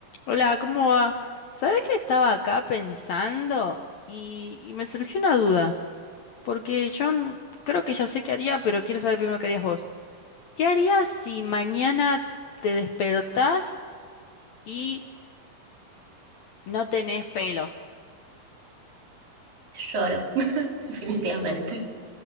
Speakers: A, on the left; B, on the right.
A: Hola, ¿cómo va? ¿Sabés que estaba acá pensando y, y me surgió una duda? Porque yo n- creo que ya sé qué haría, pero quiero saber primero qué harías vos. ¿Qué harías si mañana te despertás y no tenés pelo?
B: Lloro, <laughs> definitivamente.